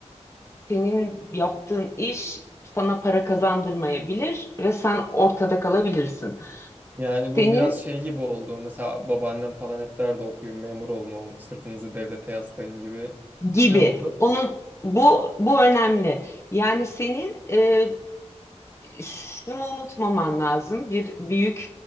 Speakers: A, on the left; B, on the right.
A: senin yaptığın iş sana para kazandırmayabilir ve sen ortada kalabilirsin.
B: Yani bu
A: Senin
B: biraz şey gibi oldu. Mesela babaannem falan hep derdi okuyun memur olun, oğlum, sırtınızı devlete yaslayın gibi bir
A: gibi.
B: şey oldu.
A: Onun bu bu önemli. Yani senin e, şunu unutmaman lazım. Bir büyük